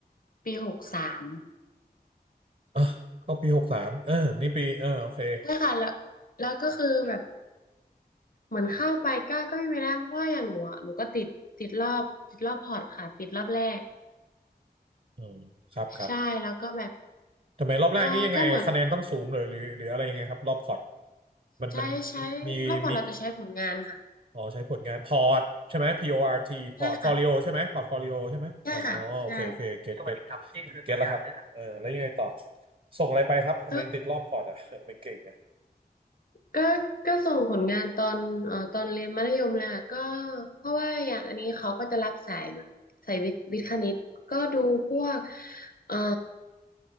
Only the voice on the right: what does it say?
อ่ะเข้าปีหกสามเออนี่ปีเออโอเค
อืมครับครับ
ทำไมรอบแรกนี้ยังไงคะแนนต้องสูงเลยหรือหรืออะไรยังไงครับรอบพอร์ต
มันมัน
มีมีอ๋อใช้ผลงานพอร์ตใช่ไหม PORT
พอร์ตฟอลิโอใช่ไหมพอร์ตฟอลิโอใช่ไหมอ๋อโอเคโอเคเก็ตเก็ต
เก็ตอแล้วครับเลครับเออแล้วยังไงต่อส่งอะไรไปครับทำไมติดรอบพอร์ตอ่ะ
<laughs> ทำไม่เก่งอ่ะ